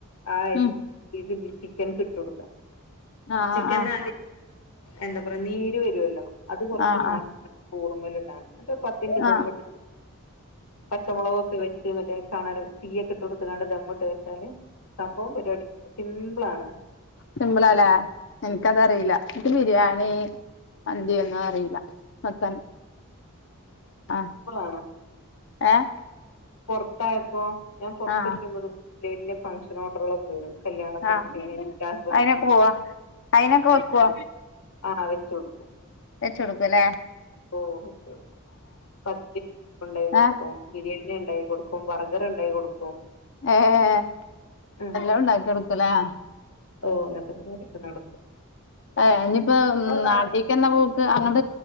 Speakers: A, on the left; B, on the left.
A: ആയിര്
B: ഉം
A: ചിക്കൻകിട്ട് കൊടുക്ക
B: ആഹ്
A: ചിക്കൻ
B: ആഹ്
A: ന എന്താ പറയാ നീര് വരുവല്ലോ അത് കുറച്ച്
B: ആഹ്
A: മാറ്റി ചോർമ്മല് ഇടാണ് എന്നിട്ട് പത്തിൻ്റ്റ്
B: ആഹ്
A: ദമ്മിട്ട്
B: ആഹ്
A: പച്ചമുളകൊക്കെ വെച്ച് മറ്റെ കാണാല് തീയൊക്കെട്ട് കൊടുത്ത് കൊണ്ട് ദമ്മിട്ട് വെച്ചാല് സംഭവം പരിപാടി സിംമ്പിളാണ്
B: സിംബിളാല്ലേ എനിക്കതറിയില്ല എനിക്ക് ബിരിയാണി മന്തിയൊന്നും അറിയില്ല വെക്കാൻ
A: സിമ്പിളാണ്
B: ആഹ് ഏഹ്
A: പൊറത്തായപ്പോ ഞാൻ പൊറത്തിരിക്കുമ്പത്
B: ആഹ്
A: വല്ല്യ വല്ല്യ ഫംഗ്ഷനോടറുകളൊക്കെ വരും കല്യാണ ഫംഗഷന്
B: ആഹ്
A: ലാസ് ഫാഷന്
B: അയിനൊക്കെ പോവാ അയിനൊക്കെ വെക്കുവോ
A: ആഹ് വെച്ച് കൊടുക്കും
B: വെച്ച് കൊടുക്കുംലേ
A: ഓഹ് വെച്ച് കൊട്ക്കും പത്തിരി ഉണ്ടാക്കി കൊടുക്കും
B: ആഹ്
A: ബിരിയാണി ഉണ്ടാക്കി കൊടുക്കും ബർഗർ ഉണ്ടായി കൊടുക്കും
B: ഏഹ്
A: ഉം
B: എല്ലാം ഉണ്ടാക്കി കൊടുക്കുലേ
A: ഓ അങ്ങനത്തെ പരിപാടിയൊക്കെ നടത്തും
B: ഏ ഇനിയിപ്പോ
A: ഓ കാണും.
B: നാട്ടിലേക്ക് എന്നാ പോക്ക് അങ്ങട്ട